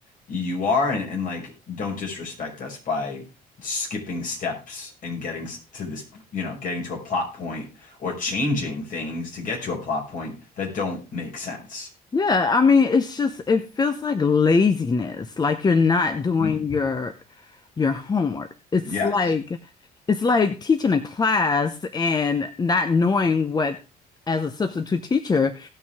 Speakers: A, on the left; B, on the left.
A: you are and, and like don't disrespect us by skipping steps and getting to this you know getting to a plot point or changing things to get to a plot point that don't make sense
B: Yeah, I mean, it's just it feels like laziness, like you're not doing
A: Mhm.
B: your your homework. It's
A: yes
B: like it's like teaching a class and not knowing what as a substitute teacher,